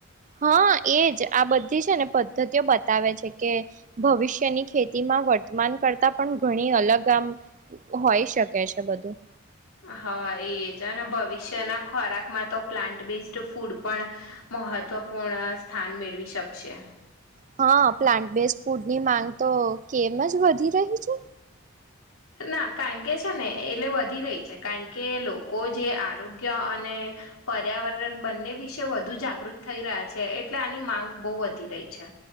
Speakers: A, on the right; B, on the left.
A: હા એજ આ બધી છે ને પદ્ધતિઓ બતાવે છે કે ભવિષ્યની ખેતીમાં વર્તમાન કરતા પણ ઘણી અલગ આમ હોય શકે છે બધું
B: હા એજ અને ભવિષ્યના ખોરાકમાં તો પ્લાન્ટ બેઝડ ફૂડ પણ મહત્વપૂર્ણ સ્થાન મેળવી શકશે
A: હા પ્લાન્ટ બેઝ ફૂડની માંગ તો કેમ જ વધી રહી છે
B: ના કારણ કે છે ને એટલે વધી રહી છે કારણ કે લોકો જે આરોગ્ય અને પર્યાવરણ બંને વિશે વધુ જાગૃત થઈ રહ્યા છે એટલે આની માંગ બો વધી રહી છે